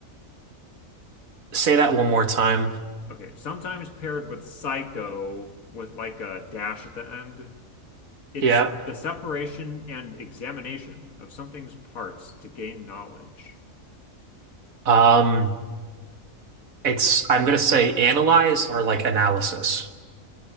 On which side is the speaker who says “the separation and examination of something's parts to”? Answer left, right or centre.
Left